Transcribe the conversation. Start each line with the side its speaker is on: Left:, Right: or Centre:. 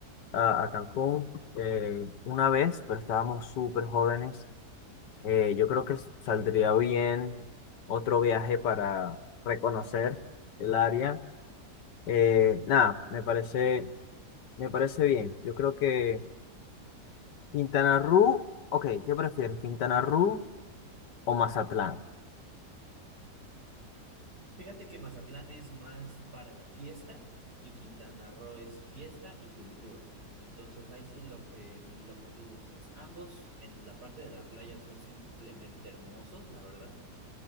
Left: a, a Cancún, eh, una vez, pero estábamos súper jóvenes. Eh, yo creo que s- saldría bien otro viaje para reconocer el área. Eh, nada, me parece, me parece bien. Yo creo que Quintana Roo, ok, ¿qué prefieres? ¿Quintana Roo o Mazatlán?
Right: Fíjate que Mazatlán es más para la fiesta y Quintana Roo es fiesta y cultura. Entonces ahí sí lo que, lo que tú gustes. Ambos en la parte de la playa son simplemente hermosos, la verdad,